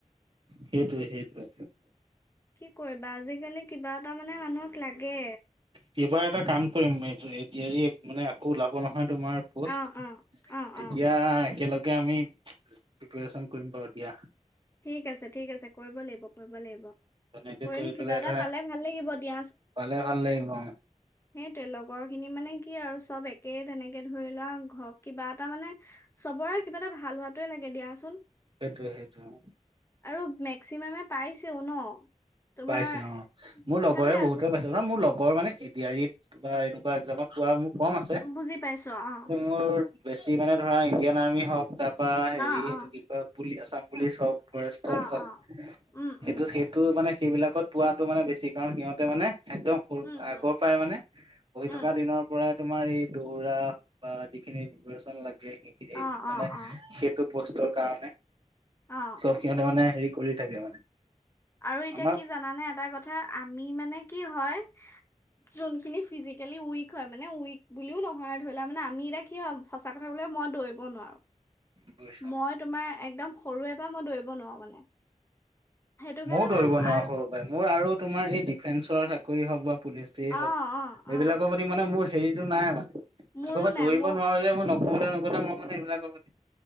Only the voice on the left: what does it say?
কি কৰিবা আজিকালি কিবা এটা মানে মানুহক লাগে
অ', অ', অ',
অ'।
ঠিক আছে ঠিক আছে কৰিব লাগিব কৰিব লাগিব
কৰিম
কিবা এটা
পালে ভাল লাগিব দিয়া
সেইটোৱেই লগৰ খিনি মানে কি আৰু চব একেই তেনেকে ধৰি লোৱা ঘ কিবা এটা মানে চবৰে কিবা এটা ভাল হোৱাটোৱে লাগে দিয়াচোন।
আৰু মেক্সিমামে পাইছেও ন তোমাৰ
খালি আজি
বুজি পাইছো অ
অ
অ
অ
অ উম
উম
উম
উম
উম
অ
অ অ
অ
আৰু এতিয়া
কি জানানে এটা কথা আমি মানে কি হয় যোনখিনি। ফিজিকেলি উইক হয় মানে উইক বুলিও নহয় আৰু ধৰি লও মানে আমি এতিয়া কি হয় সঁচা কথা কব গলে মই দৌৰিব নোৱাৰোঁ।
মই তোমাৰ একদম সৰুৰে পৰা মই দৌৰিব নোৱাৰো মানে- সেইটো কাৰণে
মানে
আৰু
অ',
অ',
অ',
মোৰো
নাই
মোৰ